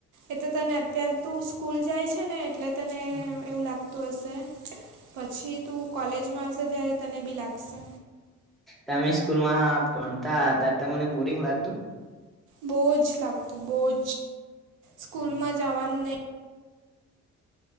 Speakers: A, on the right (about 85°); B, in the centre.
A: એતો તને અત્યારે તું સ્કૂલ જાય છે ને એટલે તને
B: પણ
A: એવું લાગ તું હશે. પછી તું કોલેજમાં હશે ત્યારે તને બી લાગશે.
B: તમે સ્કૂલમાં ભણતા ત્યારે તમને બોરિંગ લાગતું?
A: બોજ જ લાગતું બોજ. સ્કૂલમાં
B: હમ
A: જાવાનું નહી